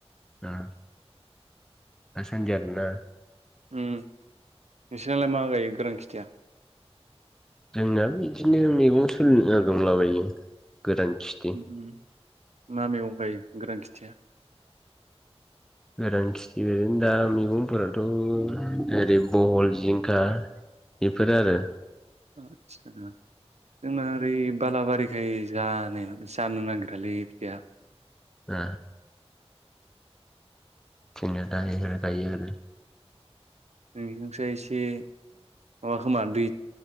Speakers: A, in the centre; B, on the right.
A: आ दासान्दि आरोना?
B: उम नोंसिनालाय मा गायो गोरान खिथिया?
A: जोंनाबो बिदिनो मैगं थ <unintelligible> दंलाबायो गोरान खिथि।
B: उम उम मा मैगं गायो गोरान खिथिया।
A: गोरान खिथि ओरैनो दा मैगंफोराथ' ओरै बहल, जिंखा, बेफोरो आरो
B: आ जोंना ओरै बालाबारि। ओरै जानाय जानो नागिरालै बिदाया
A: आ। थिंनन दानिना गाय <unintelligible>
B: <unintelligible> एसे माबा खोमा दै